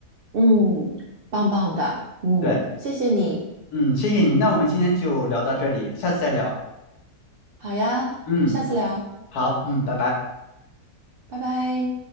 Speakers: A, on the right; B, on the left.
A: 嗯，棒棒的，嗯，
B: 对，
A: 谢谢你，
B: 嗯，谢谢你。那我们今天就聊到这里，下次再聊。
A: 好呀，
B: 嗯，
A: 我们下次聊，
B: 好，嗯，拜拜。
A: 拜拜。